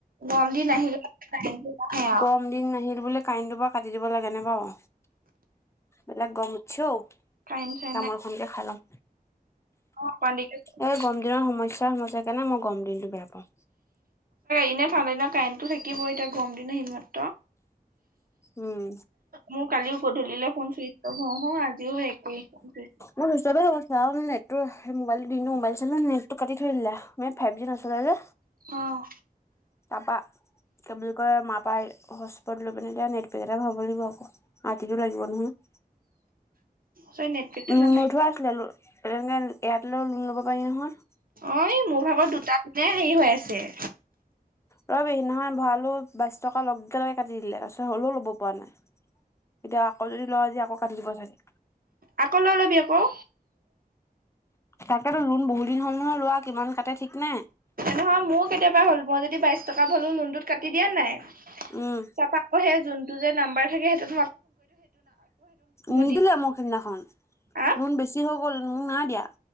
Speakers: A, on the right (about 65°); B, on the left (about 15°).
A: গৰম দিন আহিলে কাৰেণ্টটো নাহে আৰু
B: গম দিন নাহিল বোলে কাইনটোৰ পৰা কাটি দিব লাগে নে বাৰু বেলেক গম উঠছে ও
A: কাৰেণ্ট চাৰেণ্ট
B: তামলখনকে
A: নাই
B: খাই লওঁ
A: অকমান দেৰিকে
B: এই গম দিনৰ সমস্যাই সমস্যা সেই কাৰণে মই গম দিনতটো বেয়া পাওঁ
A: এনেই ভালড দ ন কাৰেণ্টটো থাকিব এতিয়া গম দিন সি ইত
B: উম
A: মোৰ কালিও গধূলিলে ফোন চুইচ অফ হওঁ হওঁ আজিও সেই একেই ফোন চুইচ
B: উ হিচাপে হ চা সেই মোবাইল টোথনেটো কাটি থৈ দিলা মানে ফাইভ জি নচললে যে
A: অহ
B: পাপা বুলি কয় মা পাই হস্পট লৈ পনে দিয়য়া নেটবেক এটা ভাব লাগিব আকৌ মতিটোো লাগিব নহয় <unintelligible>
A: চোন নেটপেকটো
B: উ
A: নাথাকে
B: নোধোৱা আছিলে এনেকে ইয়াাত লৈও ল ল'ব পাৰি নহয়
A: অ এই মোৰ ভাগৰ দুটা মনে হেৰি হৈ আছে
B: উ ৰবেহি নহয় ভৰালো বাইশ টকা লগে লগে কাটি দিলে তাৰপিছত হ'লেও ল'ব পৰা নাই এতিয়া আকৌ যদি লৰা আজি আকৌ কাটি দিব চাগে
A: আকৌ লৈ ল'বি আকৌ
B: তাকেটো লোন বহুদিন হল' নহয় লোৱা কিমান কাটে ঠিক নে
A: নহয় মোৰো কেতিয়াবা হ'ল মই যদি পাইছো ল লোনত কাটি দিয়া নাই
B: উম
A: তকৌ যোন ন্ব থ
B: নি
A: দি
B: দিলে মোৰখিদিনাখন
A: হা
B: নুন বেছি হৈ গ'ল ন নাই দিয়া